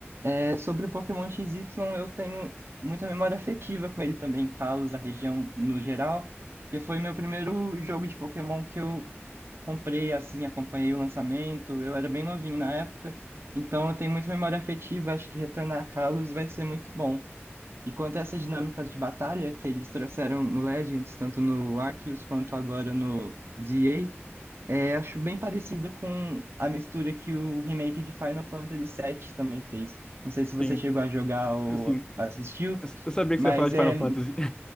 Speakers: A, on the right (about 60°); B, on the left (about 20°).
A: É, sobre o Pokémon XY, eu tenho muita memória afetiva com ele também, Kalos, a região no geral, que foi meu primeiro jogo de Pokémon que eu comprei, assim, acompanhei o lançamento, eu era bem novinho na época, então eu tenho muita memória afetiva, acho que retornar a Kalos vai ser muito bom. E quanto a essas dinâmicas de batalha que eles trouxeram no Legends, tanto no Arceus quanto agora no ZA, é, acho bem parecido com a mistura que o remake de Final Fantasy VII também fez. Não sei se você
B: Sim,
A: chegou a jogar ou
B: sim.
A: assistiu,
B: Eu eu sabia que
A: mas
B: você ia falar de
A: é,
B: Final Fantasy. <laughs>